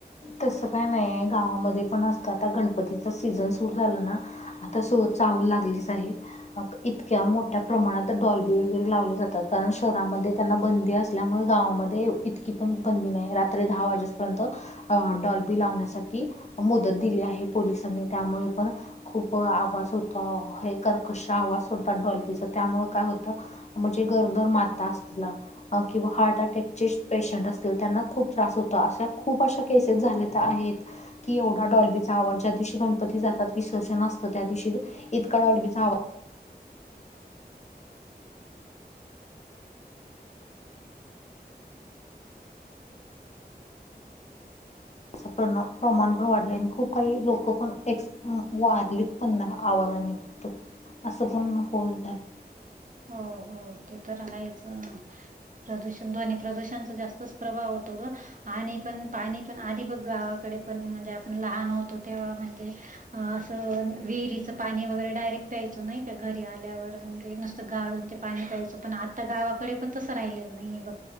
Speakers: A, on the left; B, on the right.
A: तसं काय नाही आहे,, गावामध्ये पण असतं आता, गणपतीच सीझन सुरू झालं नाऽ आता सो चाहूल लागलीच आहे,, मग इतक्या मोठऽ मोठ्या प्रमाणात डॉलबी वगैरे लावले जातात,, कारण शहरामध्ये त्यांना बंदी असल्यामुळे,, गावामध्येऽ इतकी पण बंदी नाही,, रात्री दहा वाजेपर्यंतऽ अ डॉलबी लावण्यासाठी मुदत दिली आहे,, पोलिसांनी त्यामुळे पण खूप आवाज होत,, हे कर्कश आवाज सोडतात डॉल्फीचा,, त्यामुळ काय होत म्हणजे गरोदर माता असल, तिलाऽ किंवा हार्ट अटॅकचे पेशंट असतील,, त्यांना खूप त्रास होतो,, अशा खूप अशाऽ केसेस झाले आहेत. कि एवढा डॉलबीचा आवाज ज्या दिवशी गणपती जातात, विसर्जन असतं, त्या दिवशी इतका डॉलबीचा आवज असं प्रमाण पण वाढले आणि खूप काही लोक पण एक्स अ वारलीत पण ना आवाजाने फक्त असं पण हो झाले.
B: हो, हो ते तर आहेच. प्रदूषण, ध्वनी प्रदूषणचा, जास्तच प्रभाव होतो ग. आणि पण पाणी पण आधी बघ गावाकडे पण म्हणजे आपण लहान होतो तेव्हा म्हणजे असं विहीरीचं पाणी वगैरे डायरेक्ट प्यायचो नाही का, घरी आल्यावर म्हणजे न गाळून ते पाणी प्यायचं,, पण आता गावाकडे पण तसं राहिलेलं नाहीे बघ.